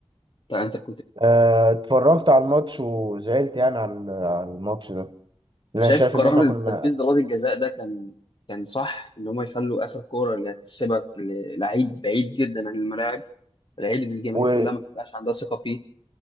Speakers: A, on the left (about 50°); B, on the right (about 50°).
A: بتاع انتر
B: آه، اتفرجت على الماتش وزعلت يعني على على الماتش ده لأن
A: شايف
B: انا شايف
A: قرار
B: ان احنا كنا
A: تنفيذ ضربات الجزاء ده كان كان صح ان هم يخلوا اخر كوره اللي هتسيبك للعيب بعيد جدا عن الملاعب العيب اللي الجماهير
B: و...
A: كلها ما بتبقاش عندها ثقه فيه